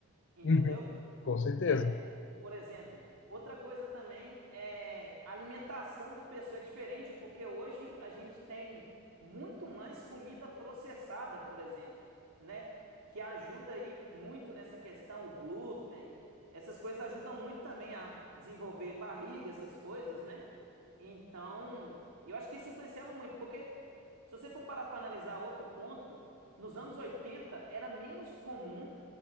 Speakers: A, on the right (about 75°); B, on the left (about 55°).
A: entendeu?
B: uhum, com certeza.
A: né? Por exemplo, outra coisa também é a alimentação do pessoal é diferente, porque hoje a gente tem muito mais comida processada, por exemplo, né? Que ajuda aí muito nessa questão, o glúten, essas coisas ajudam muito também a desenvolver barriga, essas coisas, né? Então, eu acho que isso influenciava muito, porque se você for parar para analisar outro ponto, nos anos 80 era menos comum